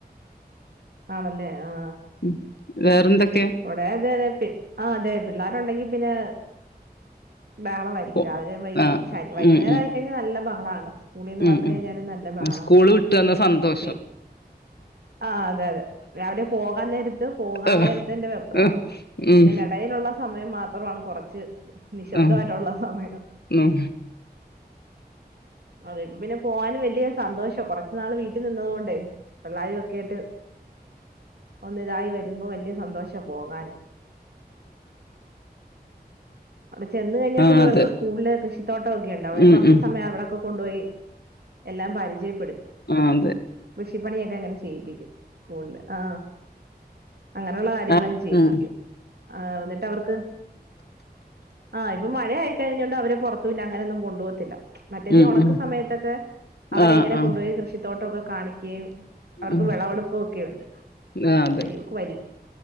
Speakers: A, on the right; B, on the left.
A: ആണല്ലേ ആ.
B: ഉം വേറെന്തൊക്കെ?
A: ഇവ്ടെ അതെ അതെ പി ആ അതെ പിള്ളേരുണ്ടെങ്കി പിന്നെ ബഹളമായി.
B: പോ
A: രാവിലിം വൈകി
B: ആ
A: ശ വൈക്യുന്നേരാ
B: ഉം ഉം
A: യികയ്ഞ്ഞാ നല്ല ബഹളാണ്. സ്‌കൂളീന്ന്
B: ഉം
A: വന്ന് കയ്ഞ്ഞാാലും
B: ഉം
A: നല്ല ബഹളാണ്
B: സ്കൂള് വിട്ട് വന്ന സന്തോഷം
A: പി ആ അതെ അതെ രാവിലെ പോകാൻ നേരത്ത് പോകാ
B: ആഹ്
A: നേര ത്തിന്റെ വെപ്രാളം
B: ആഹ് ഉം
A: ഇതിനിടയിലൊള്ള സമയം മാത്രമാണ് കുറച്ച് നിശബ്ദമായിട്ടുള്ള
B: ആഹ്
A: സമയം.
B: ഉം
A: അതെ ഇപ്പ പിന്നെ പോവാന് വല്യ സന്തോഷ കൊറച്ച് നാള് വീട്ടിൽ നിന്നത്കൊണ്ടേ. പിള്ളാരും ഒക്കെ ആയ്ട്ട് ഒന്നിതായി വരുമ്പോ വല്യ സന്തോ സന്തോഷ പോകാന്. അവിടെ ചെന്ന് കഴിഞ്ഞാ പിന്നെ
B: ആഹ്
A: ഇവർക്ക്
B: അതെ
A: സ്കൂൾല് കൃഷിത്തോട്ടൊക്കെ ഇണ്ട് അവടെ
B: ഉം
A: കൊർച്ച്
B: ഉം
A: സമയം അവിടെക്കും. കൊണ്ടോയി എല്ലാം പരിചയപ്പെട്
B: ആ അതെ.
A: കൃഷിപ്പണിയൊക്കെങ്ങനെ ചെയ്യിപ്പിക്കും സ്കൂള്ള് ആ അങ്ങനെള്ള <unintelligible>
B: ആഹ്
A: ചെയ്യിപ്പിക്കും
B: ഉം
A: എന്നിട്ടവർക്ക് ആ ഇപ്പം മഴയായ്. കയ്ഞ്ഞോണ്ട് അവരെ പൊർത്ത് അങ്ങനൊന്നും കൊണ്ടോവത്തില്ല. മറ്റേത്
B: ഉം
A: ഉണക്ക
B: ഉം
A: സമയത്തൊക്കെ അവരെങ്ങനെ
B: ആഹ് ആഹ്
A: കൊണ്ടോയി കൃഷിത്തോട്ടൊക്കെ കാണിക്കേയും അവർക്ക്
B: ഉം
A: വിളവെടുപ്പൊക്കെയുണ്ട്
B: ആഹ്
A: അപ്പൊ
B: അതെ
A: ഇവക്ക് വ